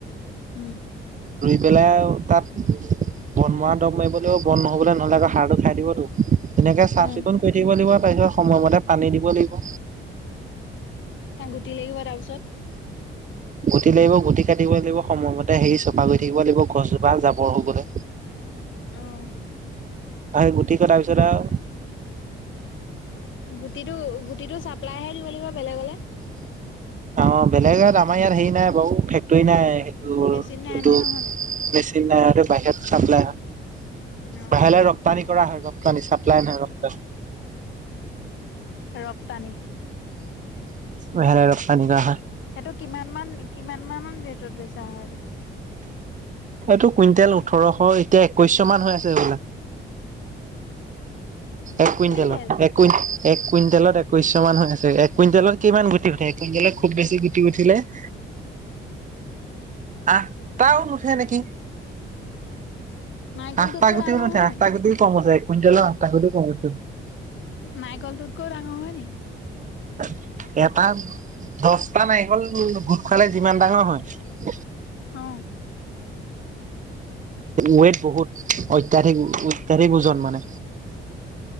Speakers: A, on the left (about 75°); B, on the right (about 40°).
A: উম
B: বেলাও তাত বন মোৱা দৰৱ মাৰিবলৈও বন নহ'বলৈ নহ'লে আকৌ সাৰটো খাই দিবতো। এনেকে
A: অ
B: চাফ চিকুণ কৰি থাকিব লাগিব তাৰপিছত সময়মতে পানী দিব লাগিব।
A: তাত গুটি লাগিব তাৰপিছত
B: উ গুটি লাগিব গুটি কাটিব লাগিব সময়মতে হেৰি চপা গৈ থাকিব লাগিব গছজোপা জাবৰ হৈ গলে।
A: উম
B: তে গুটি কটা পিছত আও
A: গুটিটো গুটিটো চাপ্লাইহে দিব লাগিব বেলেগলে
B: অ বেলেগাত আমাৰ ইয়াত হেৰি নাই বাৰু ফেক্টৰী নাই সেইটো
A: মেচিন নাই
B: যোনটো
A: নহয় হয় নাই
B: মেচিন নাই বাহিৰত চাপ্লাই হয়।
A: আহ
B: বাহিৰলৈ ৰপ্তানি কৰা হয় ৰপ্তানী চাপ্লাই নহ ৰান
A: ৰপ্তানি
B: মলে ৰ পা নি গা
A: সেইটো কিমান মান কিমান মান ৰেটত বেচা হয়টো
B: এইটো কুইণ্টেল ওঠৰশ এতিয়া একৈশশ মান হৈ আছে বোলে। এক কুইণ্টেলত
A: কুইণ্টেল?
B: এক কুইন্ট এক কুইণ্টেলত একৈশ মান হৈ আছে এক কুইণ্টেলত কিমান গুটি উঠে কুইণ্টেলত খুব বেছি গুটি উঠিলে। <inaudible> আহ তাও নুঠে নেকি।
A: নাৰিকলটোতকৈ
B: আঠটা গুটিও
A: ডাঙৰ
B: নাথে
A: হয়
B: আঠটা
A: নি?
B: গুটিও কমছে- কসা কচ
A: নাৰিকলটোতকৈও ডাঙৰ হয় নেকি?
B: <inaudible> দহটা নাৰিকল গোট খোৱালে যিমান ডাঙৰ হয়।
A: অঁ
B: ৱেত বহুত অত্যাধিক অত্যাধিক ওজন মানে